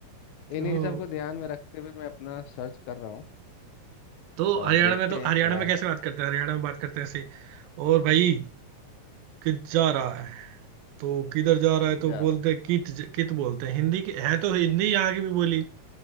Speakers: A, on the right (about 85°); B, on the left (about 85°).
A: तो
B: इन्हीं सब को ध्यान में रखते हुए मैं अपना सर्च कर रहा हूँ
A: तो
B: अ,
A: हरियाणा
B: देखते
A: में तो
B: हैं
A: हरियाणा
B: क्या
A: में
B: है
A: कैसे बात करते हैं हरियाणा में बात करते हैं ऐसे और भाई कित जा रहा है तो किधर जा रहा है तो
B: जा
A: बोलते
B: रहा
A: हैं कित कित बोलते हैं हिंदी की है तो हिंदी यहाँ की भी बोली